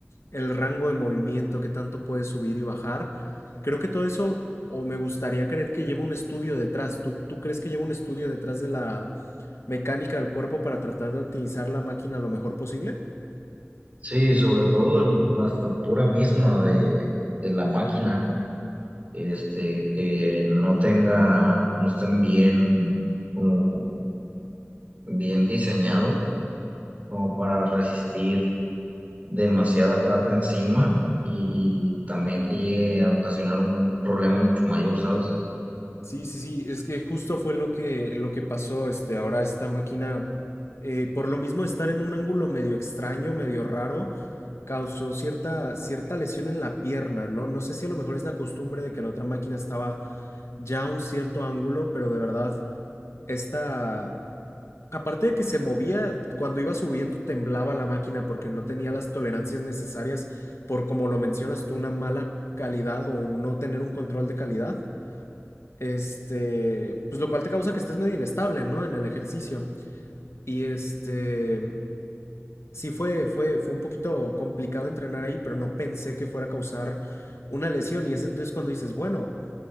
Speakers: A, on the left; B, on the right.
A: el rango de movimiento, qué tanto puedes subir y bajar. Creo que todo eso, o me gustaría creer que lleva un estudio detrás. ¿Tú, tú crees que lleva un estudio detrás de la mecánica del cuerpo para tratar de optimizar la máquina lo mejor posible.
B: Sí, sobre todo el- la estructura misma de, de la máquina, este, que no tenga, no estén bien, como bien diseñado, como para resistir demasiada carga encima y también que llegue a ocasionar un problema mucho mayor, ¿sabes?
A: Sí, sí, sí, es que justo fue lo que, lo que pasó, este, ahora esta máquina, eh, por lo mismo de estar en un ángulo medio extraño, medio raro, causó cierta, cierta lesión en la pierna, ¿no? No sé si a lo mejor es la costumbre de que la otra máquina estaba ya a un cierto ángulo, pero de verdad, esta, Aparte de que se movía, cuando iba subiendo temblaba la máquina porque no tenía las tolerancias necesarias por, como lo mencionas tú, una mala calidad o no tener un control de calidad. Este, pues lo cual te causa que estés medio inestable, ¿no? En el ejercicio. Y este, sí fue, fue, fue un poquito complicado entrenar ahí, pero no pensé que fuera a causar una lesión. Y es entonces cuando dices, bueno,